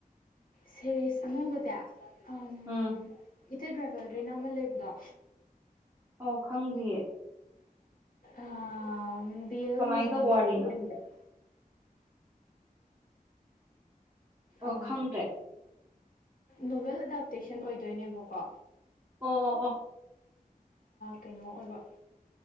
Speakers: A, on the left; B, on the right.
A: ꯁꯦꯔꯤꯁ ꯑꯅꯧꯕꯖꯦ ꯎꯝ
B: ꯎꯝ
A: <unintelligible> ꯑꯃ ꯂꯩꯕꯗꯣ
B: ꯑꯣ ꯈꯪꯗꯤꯌꯦ
A: ꯑ ꯕꯤ ꯌꯦꯜ
B: ꯀꯃꯥꯏꯅ
A: ꯃꯨꯕꯤ
B: ꯇꯧꯕ
A: ꯒꯨꯝꯕ
B: ꯋꯥꯔꯤꯅꯣ
A: ꯌꯦꯪꯕꯔꯥ
B: ꯑꯣ
A: ꯑꯝ
B: ꯈꯪꯗ꯭ꯔꯦ
A: ꯅꯣꯚꯦꯜ ꯑꯦꯗꯥꯞꯇꯦꯁꯟ ꯑꯣꯏꯗꯣꯏꯅꯦꯕꯀꯣ
B: ꯑꯣ ꯑꯣ ꯑꯣ
A: ꯀꯩꯅꯣ ꯑꯣꯏꯕ